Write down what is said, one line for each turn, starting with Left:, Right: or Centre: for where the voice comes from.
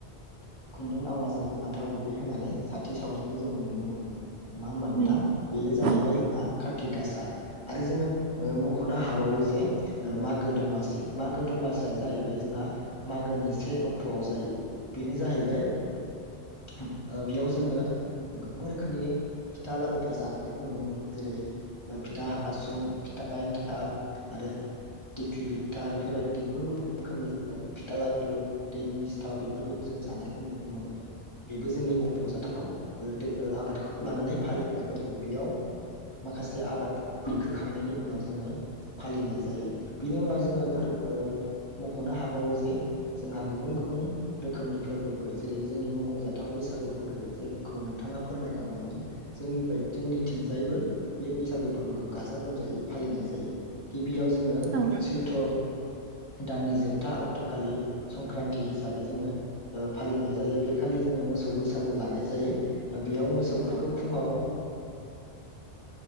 Left: खुन्दुं आवाजों जोंहा थाव गुबै होनानै साथि सावनायखौ जोङो नुनो मोनो। नङा होमबा
Right: उम
Left: नोंथां बेयो जाहैबाय
Right: नंगौ
Left: जोंहा कार्तिक गासा आरो जोङो मख'नो हाबावो जे मागो दमासि मागो दमासिया जाहैबाय जोंहा मागोनि से अक्ट'आव जायो बेनो जाहैबाय बेयाव जोङो गोबां रोखोमनि फिथा लारुफोर जानायखौ नुनो मोनो जेरै फिथा हासुं फिथा था एनथाब आरो थिख्लि फिथा बेफोरबायदि गुबुन गुबुन रोखोमनि फिथालादु दैनि सिथाव बेफोरखौ जोङो जानायखौ नुनो मोनो । बेबो जोंनि मख'जाथाव आबादखौ लानानै फालिनाय फोरबो बेयाव माखासे आबाद खोखांनायनि उनाव जोङो फालिनाय जायो बिनि उनाव जोङो फोर मख'नो हाबावो जे जोंहा गुबुन गुबुन रोखोमनि फोरबोफोर जेरै जोंनि मख'जाथाव बैसाग बैसागु फोरबो जायखौ नोंथाङा फोरमायखांबायमोन जोंनि बा जोंनिथिंजायबो बे बैसागु फोरबोखौ गाजा गोमजायै फालिनाय जायो गिबियाव जोङो
Right: औ
Left: सैत्र दाननि जोबथा अक्ट'खालि संक्रान्ति हिसाबै जोङो फालिनाय जायो बेखालि जोङो मोसौ बैसागु लानाय जायो। जायो बेयाव मोसौफोरखौ
Right: औ
Left: फुङाव